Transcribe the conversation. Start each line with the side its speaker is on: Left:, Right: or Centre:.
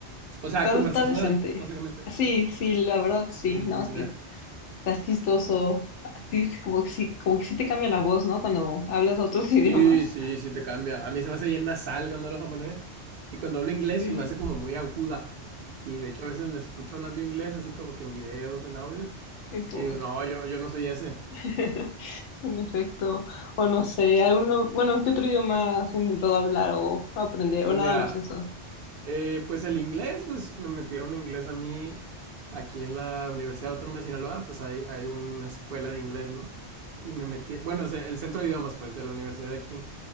Right: O sea,
Left: está,
Right: conversacional,
Left: está decente.
Right: básicamente.
Left: Sí, sí, la verdad, sí,
Right: Mm,
Left: no, es que
Right: ya.
Left: estás chistoso, así es como que sí, como que sí te cambia la voz, ¿no? Cuando hablas otros <laughs> idiomas.
Right: Sí, sí, sí te cambia. A mí se me hace bien nasal cuando hablo japonés. Y cuando hablo inglés
Left: Sí,
Right: se me hace como muy aguda. Y de hecho a veces me escucho hablando inglés así como que en videos, en audios.
Left: es como...
Right: Y digo, no, yo, yo no soy ese.
Left: <laughs> En efecto, o no sé, alguno, bueno, ¿qué otro idioma has intentado hablar o aprender
Right: Pues
Left: o nada
Right: mira,
Left: más eso?
Right: Eh, pues el inglés, pues me metieron inglés a mí aquí en la Universidad Autónoma de Sinaloa, pues hay, hay una escuela de inglés, ¿no? Y me metí, bueno, es el centro de idiomas, pues, de la universidad de aquí.